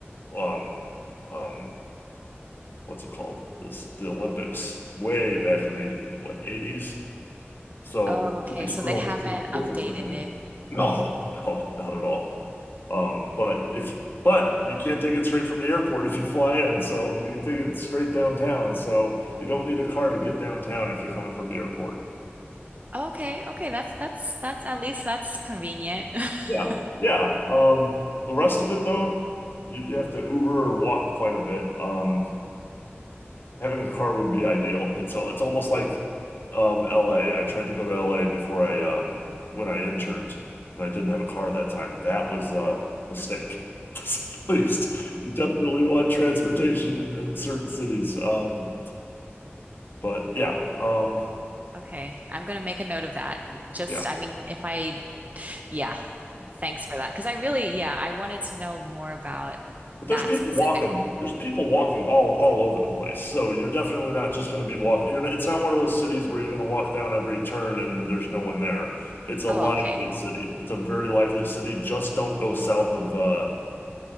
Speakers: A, on the left; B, on the right.
A: um, um, what's it called? This the Olympics way back in the what 80s. So
B: Oh,
A: the
B: okay.
A: city's
B: So
A: grown
B: they haven't
A: significantly.
B: updated it.
A: No, no, not at all. Um, but if but you can't take it straight from the airport if you fly in, so you take it straight downtown. So you don't need a car to get downtown if you're coming from the airport.
B: Okay, okay, that's that's that's at least that's convenient. <laughs>
A: Yeah, yeah. Um, the rest of it though, you'd have to Uber or walk quite a bit. Um, Having a car would be ideal. It's al- it's almost like um LA. I tried to go to LA before I um when I interned and I didn't have a car that time. That was a mistake. <laughs> At least you definitely want transportation in, in certain cities. Um but yeah, um
B: Okay, I'm gonna make a note of that. Just,
A: yeah.
B: I mean, if I, yeah. Thanks for that. Because I really, yeah, I wanted to know more about
A: But
B: that
A: there's people
B: specifically.
A: walking. There's people walking all all over the place. So you're definitely not just going to be walking. You're not, it's not one of those cities where you're going to walk down every turn and there's no one there. It's a
B: Oh,
A: lively
B: okay.
A: city. It's a very lively city. Just don't go south of uh,